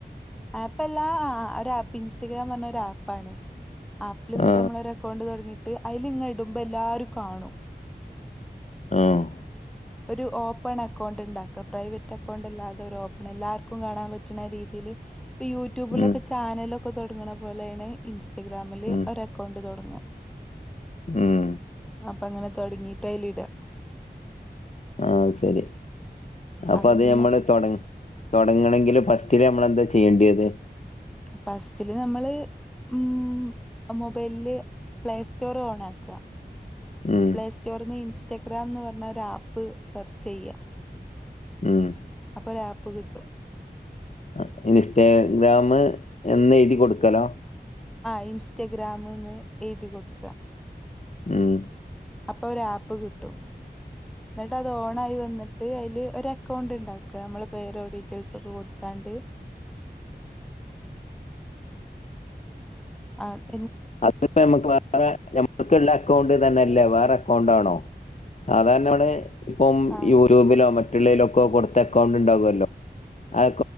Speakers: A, in the centre; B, on the left (about 40°).
A: ആപ്പല്ലാ ഒരു ആപ്പ് ഇൻസ്റ്റഗ്രാം പറഞ്ഞ ഒ രാപ്പാണെ ആപ്പില്ന്ന്ട്ട്
B: ആ
A: നമ്മളൊരു അക്കൗണ്ട് തുടങ്ങി ട്ട് അയില്ങ്ങെ ഇടുമ്പോ എല്ലാരും കാണും
B: ആഹ്
A: ഒരു ഓപ്പൺ അക്കൗണ്ട്ണ്ടാക്ക് പ്രൈവറ്റ് അക്കൗണ്ട് അല്ലാതൊരോ ഓപ്പൺ എല്ലാർക്കും കാണാൻ പറ്റ്ണ രീതിയില് ഇപ്പോ യൂട്യൂബിലൊക്കെ
B: ഉം
A: ചാനൽ ലൊക്കെ തൊടങ്ങണ പോലേണ് ഇൻസ്റ്റഗ്രാമില്
B: ഉം
A: ഒരു അക്കൗണ്ട് തൊടങ്ങാ
B: ഉം
A: അപ്പോങ്ങനെ തൊടങ്ങീട്ട് അയില്ടാ
B: ആത് ശെരി അപ്പോ
A: അപ്പൊ
B: അത്
A: പിന്നെ
B: ഞമ്മള് തൊട തൊടങ്ങണങ്കില് ഫസ് സ്റ്റിലേ ഞമ്മളെന്താ ചിയ്യണ്ടിയേത്
A: ഫസ്റ്റില് നമ്മള് ഉം മൊബൈലില് പ്ലേ സ്റ്റോറ് ഓണാക്കാ
B: ഉം
A: പ്ലേസ്റ്റോറിന്ന് ഇൻസ്റ്റഗ്രാം ന്ന് പറഞ്ഞ ഒരു ആപ്പ് സെർചെയ്യാ
B: ഉം
A: അപ്പോ ഒരാപ്പ് കിട്ടും
B: ആഹ്‌ ഇൻസ്റ്റാഗ്രാമ് എന്നെഴുതി കൊടുക്കലോ
A: ആഹ് ഇൻസ്റ്റഗ്രാമ്ന്ന് എഴുതി കൊടുക്കാ
B: ഉം
A: അപ്പോ ഒരാപ്പ് കിട്ടും ന്നിട്ട് അത് ഓണായി വന്നിട്ട് അയില് ഒരു അക്കൗണ്ട്ണ്ടാക്ക അമ്മളെ പേരോ ഡീറ്റെയിൽസ് ഒക്കെ കൊടുത്താ ണ്ട് ആഹ്
B: അത്പ്പ ഞമ്മക്ക് വേറെ ഞമ്മക്ക്ള്ളേ അക്കൗണ്ട് തന്നെ അല്ലേ വേറെ അക്കൗണ്ട് ആണോ സാധാര ണെ ഇപ്പം
A: ആ
B: യൂട്യൂബിലോ മറ്റുള്ളേലൊക്കെ കൊടുത്ത അക്കൗണ്ട് ഉണ്ടാകുല്ലോ അ